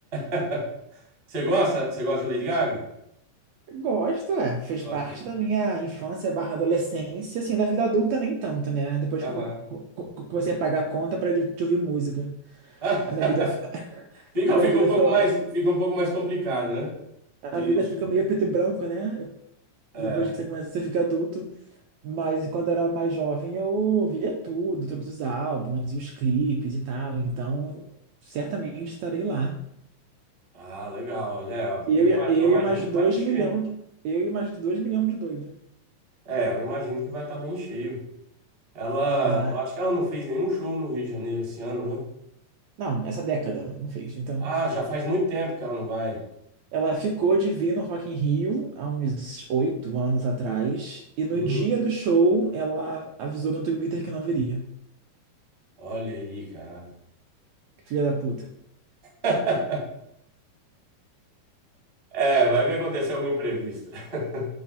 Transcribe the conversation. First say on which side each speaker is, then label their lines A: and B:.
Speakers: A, on the right (about 25°); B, on the right (about 75°).
A: <laughs> Você gosta? Você gosta de Lady Gaga?
B: Gosto, é. Fez
A: Gosta,
B: parte
A: né?
B: da minha infância barra adolescência, assim, da vida adulta nem tanto, né? Depois
A: Aham.
B: que eu co- co- co- comecei a pagar a conta para de de ouvir música.
A: <laughs>
B: A minha vida, f- <laughs>
A: Fica,
B: a minha
A: fica
B: vida
A: um pouco
B: ficou,
A: mais, fica um pouco mais complicado, né?
B: a
A: De ir
B: vida
A: no show.
B: fica meio preto e branco, né?
A: É.
B: Depois que você começa, você fica adulto. Mas quando eu era mais jovem, eu ouvia tudo, todos os álbuns e os clipes e tal. Então, certamente estarei lá.
A: Ah, legal. É,
B: Eu,
A: eu,
B: e-
A: ima-
B: eu
A: eu imagino
B: e mais
A: que
B: dois
A: vai encher.
B: milhões,
A: né?
B: eu e mais dois milhões de doido.
A: É, eu imagino que vai estar bem cheio. Ela,
B: Ah,
A: eu acho que ela não fez nenhum show no Rio de Janeiro esse ano, né?
B: não, essa década não fez, então.
A: Ah, já faz muito tempo que ela não vai.
B: Ela ficou de vir no Rock in Rio há uns oito anos atrás. E no
A: Hum,
B: dia do show, ela avisou no Twitter que não viria.
A: olha aí, cara.
B: Filha da puta.
A: <laughs> É, vai ver acontecer algum imprevisto. <laughs>